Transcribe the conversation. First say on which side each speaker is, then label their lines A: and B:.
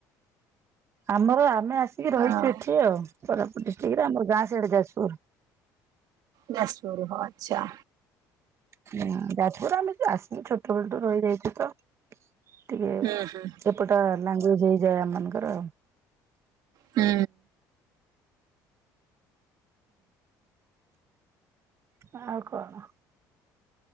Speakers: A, on the right (about 40°); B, on the right (about 60°).
A: ଆମର ଆମେ ଆସିକି ରହିଛୁ
B: ହଁ
A: ଏଠି ଆଉ କୋରାପୁଟ ଡିଷ୍ଟ୍ରିକ ରେ ଆମର ଗାଁ ସିଆଡେ ଯାଜପୁର।
B: ହ ଆଚ୍ଛା।
A: ହଁ ଯାଜପରୁ ଆମେ ଆସିନି ଛୋଟବେଳୁ ରହିଯାଇଛୁ ତ ଟିକେ।
B: ହୁଁ ହୁଁ।
A: ପଟା ଲାଙ୍ଗୁଏଜ ହେଇଯାଏ ଆମଙ୍କରଉ।
B: ହୁଁ।
A: ହଁ ଆଉ କହ।